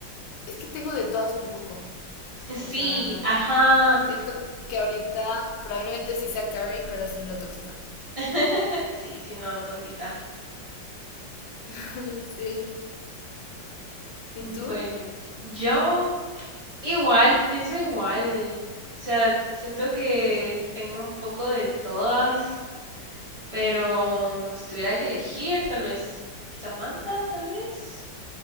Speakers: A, on the left; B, on the right.
A: es que tengo de todas un poco. O
B: Sí,
A: sea,
B: ajá.
A: siento que ahorita probablemente sí sea Carrie, pero sin lo tóxica.
B: <laughs> Sí, sí, no, tontita.
A: <laughs> Sí. ¿Y
B: Bueno,
A: tú?
B: yo igual, pienso igual. O sea, siento que tengo un poco de todas, pero mm, si tuviera que elegir, tal vez Samantha, tal vez.